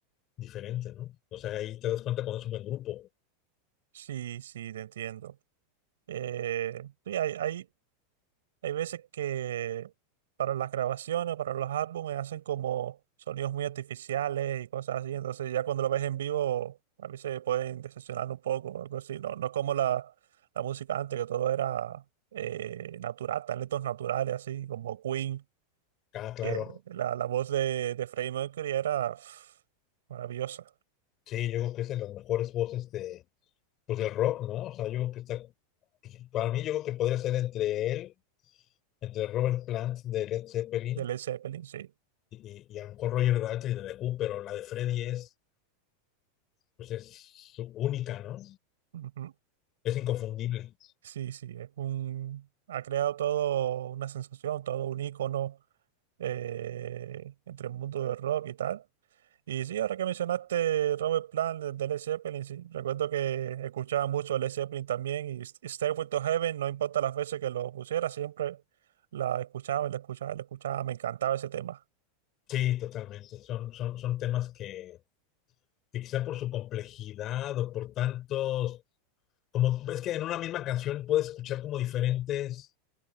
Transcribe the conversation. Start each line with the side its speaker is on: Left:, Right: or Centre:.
Left: diferente, ¿no? O sea, ahí te das cuenta cuando es un buen grupo.
Right: Sí, sí, te entiendo. Eh, sí, hay, hay- Hay veces que para las grabaciones, para los álbumes, hacen como sonidos muy artificiales y cosas así. Entonces ya cuando lo ves en vivo, a veces pueden decepcionar un poco o algo así. No, no es como la, la música antes, que todo era eh, natural, talentos naturales, así como Queen,
Left: Ah, claro.
Right: que la, la voz de, de Freddie Mercury era pff, maravillosa,
Left: Sí, yo creo que es de las mejores voces de, pues el rock, ¿no? O sea, yo creo que está, pues, para mí yo creo que podría ser entre él, entre Robert Plant de Led Zeppelin
Right: de Led Zeppelin, sí.
Left: y, y, y a lo mejor Roger Daltrey de The Who, pero la de Freddy es, pues es su- única, ¿no?
Right: Ujú.
Left: Es inconfundible.
Right: Sí, sí, es un, ha creado todo una sensación, todo un icono entre el mundo del rock y tal. Y sí, ahora que mencionaste Robert Plant de, de Led Zeppelin, sí, recuerdo que escuchaba mucho Led Zeppelin también y S- Stairway to Heaven, no importa las veces que lo pusiera, siempre la escuchaba, la escuchaba, la escuchaba, me encantaba ese tema.
Left: Sí, totalmente. Son, son, son temas que, que quizá por su complejidad o por tantos, como ves que en una misma canción puedes escuchar como diferentes